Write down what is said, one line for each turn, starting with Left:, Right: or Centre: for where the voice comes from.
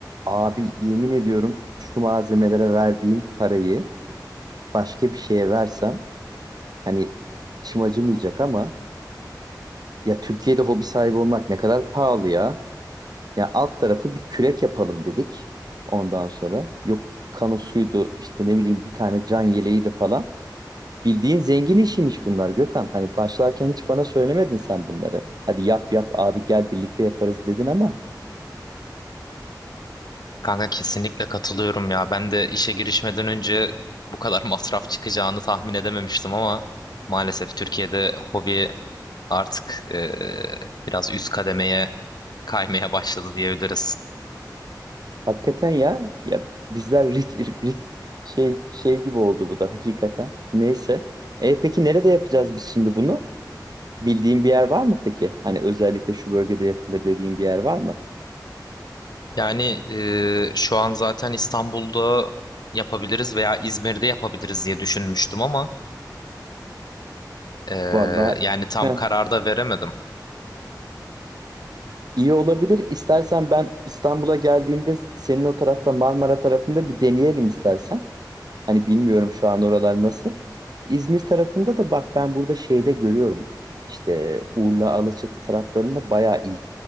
Right: Abi yemin ediyorum şu malzemelere verdiğim parayı başka bir şeye versem hani içim acımayacak ama ya Türkiye'de hobi sahibi olmak ne kadar pahalı ya. Ya alt tarafı bir kürek yapalım dedik ondan sonra. Yok kanosuydu işte ne bileyim bir tane can yeleği de falan. Bildiğin zengin işiymiş bunlar Gökhan. Hani başlarken hiç bana söylemedin sen bunları. Hadi yap yap abi gel birlikte yaparız dedin ama
Left: Kanka kesinlikle katılıyorum ya. Ben de işe girişmeden önce bu kadar <laughs> masraf çıkacağını tahmin edememiştim ama maalesef Türkiye'de hobi artık e, biraz üst kademeye kaymaya başladı diyebiliriz.
Right: Hakikaten ya. Ya bizler rit, rit- şey şey gibi oldu bu da hakikaten. Neyse. E peki nerede yapacağız biz şimdi bunu? Bildiğin bir yer var mı peki? Hani özellikle şu bölgede yapılır dediğin bir yer var mı?
Left: Yani e, şu an zaten İstanbul'da yapabiliriz veya İzmir'de yapabiliriz diye düşünmüştüm ama e,
Right: Vallahi
Left: yani tam
Right: heh,
Left: karar da veremedim.
Right: iyi olabilir. İstersen ben İstanbul'a geldiğimde senin o tarafta Marmara tarafında bir deneyelim istersen. Hani bilmiyorum şu an oralar nasıl. İzmir tarafında da bak ben burada şeyde görüyorum. İşte Urla, Alaçatı taraflarında bayağı iyi